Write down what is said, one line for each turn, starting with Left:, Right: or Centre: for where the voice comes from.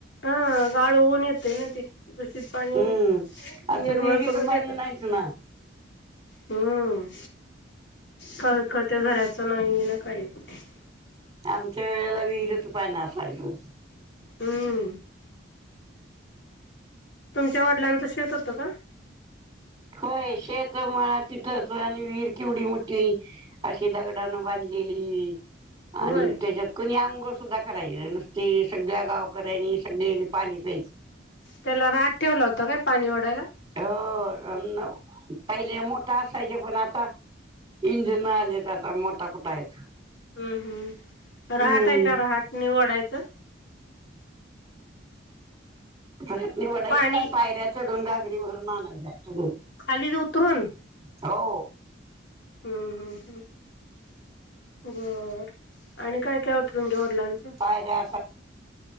Left: अह गाळू ऊन येत ना ते दूषित पाणी
Right: हम्म असं
Left: निर्मळ
Right: विहिरीचं
Left: करून
Right: पाणी
Left: देतात
Right: नाहीच ना
Left: हम्म कळकळत घरायचं नाही ना काहीच
Right: आमच्या वेळेला विहिरच पाणी असायचं
Left: हम्म तुमच्या वडिलांचं शेत होतं का
Right: होय शेत मळा तिथच आणि विर किवडी मोठी अशी दगडानं बांधली लेली आणि
Left: होय
Right: त्याच्यात कणी अ सुद्धा कराय नुसती सगळ्या गावकऱ्यांनी सगळ्यां पाणी प्यायच
Left: त्याला रहाट ठेवला होता काय पाणी ओढायला
Right: हो पहिले मोठा असायचे पण आता इंजिन आलीत आता मोठा कुठा आहेत
Left: हम्म हम्म रहाट
Right: हम्म
Left: आहे का रहाट निवडायचं
Right: रातणी वडायच
Left: पाणी
Right: नाही पायऱ्या चढून घागरी भरून आणायच्या हॅलो...
Left: खाली उतरून
Right: हॅलो
Left: हम्म हम् हम् बर आणि काय काय होतं तुमच्या लाच
Right: पायऱ्या